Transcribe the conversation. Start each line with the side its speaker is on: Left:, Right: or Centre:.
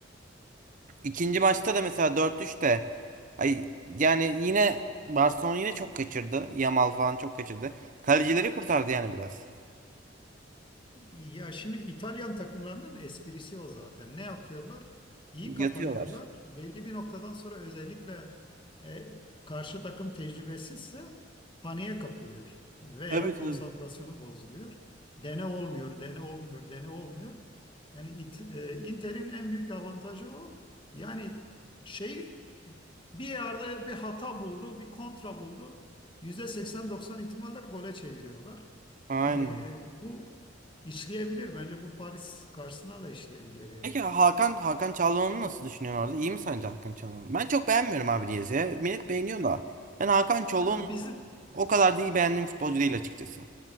Right: İkinci maçta da mesela 4-3 de ay yani yine Barcelona yine çok kaçırdı. Yamal falan çok kaçırdı. Kalecileri kurtardı yani biraz.
Left: Ya şimdi İtalyan takımlarının esprisi o zaten. Ne yapıyorlar? İyi kapanıyorlar.
Right: Yatıyorlar.
Left: Belli bir noktadan sonra özellikle e, karşı takım tecrübesizse paniğe kapılıyor veya
Right: Tabii
Left: konsantrasyonu
Right: tabii.
Left: bozuluyor. Dene olmuyor, dene olmuyor, dene olmuyor. Yani it, e, Inter'in en büyük avantajı o. Yani şey bir yerde bir hata buldu, bir kontra buldu. %80-90 ihtimalle gole çeviriyorlar.
Right: Aynen.
Left: Yani e, bu İşleyebilir. Bence bu Paris karşısına da işleyebilir yani.
Right: Peki Hakan Hakan Çalhanoğlu'nu nasıl düşünüyorsun orada? İyi mi sence Hakan Çalhanoğlu? Ben çok beğenmiyorum abi niyeyse. Millet beğeniyor da. Ben Hakan Çalhanoğlu
Left: Ya bizim
Right: o kadar da iyi beğendiğim futbolcu değil açıkçası.